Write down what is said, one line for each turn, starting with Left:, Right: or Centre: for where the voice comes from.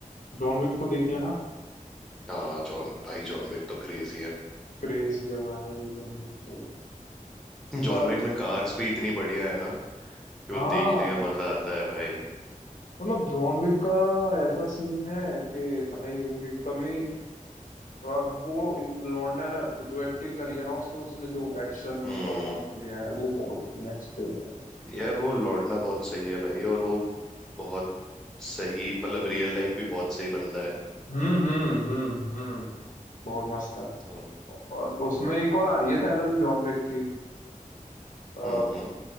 Left: जॉन विक तो देखी है ना
Centre: हाँ जॉन भाई जॉन विक तो क्रेजी है
Left: क्रेजी है भाई जॉन विक तो
Centre: जॉन
Left: अ,
Centre: विक में कार्स भी इतनी बढ़िया है ना कि
Left: हाँ
Centre: वो देखने का मजा आता है भाई
Left: मतलब जॉन विक का ऐसा सीन है कि भाई वो एकदम ही अ, वो लौंडा जो एक्टिंग करी है ना उसमें उसने जो एक्शन
Centre: हम्म
Left: परफॉर्म किया है वो बहुत नेक्स्ट लेवल है भाई
Centre: यार वो लौंडा बहुत सही है भाई और वो बहुत सही मतलब रियल लाइफ भी बहुत सही बंदा है
Left: हम्म हम्म हम्म हम्म बहुत मस्त है
Centre: हम्म।
Left: और उसमें एक और आ रही है शायद अभी जॉन विक की आ,
Centre: हम्म